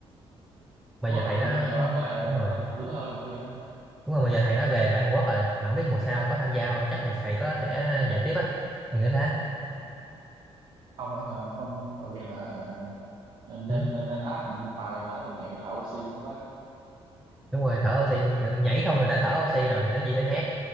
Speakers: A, in the centre; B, on the right (about 50°).
A: mà
B: đúng
A: giờ
B: rồi phải
A: thầy
B: tập
A: đó
B: luyện nhiều á với lại
A: đúng
B: ờ,
A: rồi
B: tập giữ hơi này kia đó
A: đúng rồi mà giờ thầy đó về lại Hàn Quốc rồi mà không biết mùa sau có tham gia không chắc thầy thầy có sẽ dạy tiếp á mình nghĩ thế
B: không là hả, không tập luyện là hả, lên,
A: ừ.
B: lên lên hát một bài vừa hát vừa nhảy thở oxy luôn quá
A: đúng rồi thở oxy nhảy không là đã thở oxy rồi nó chỉ tới hát